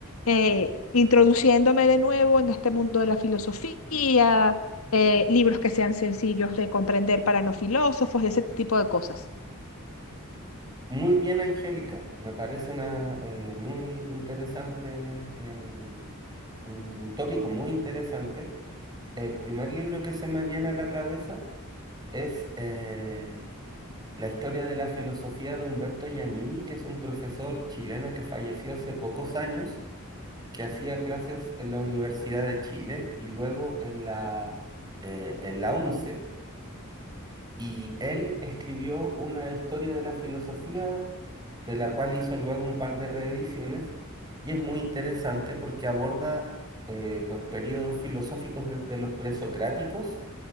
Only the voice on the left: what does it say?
eh, introduciéndome de nuevo en este mundo de la filosofía, eh, libros que sean sencillos de comprender para no filósofos y ese tipo de cosas.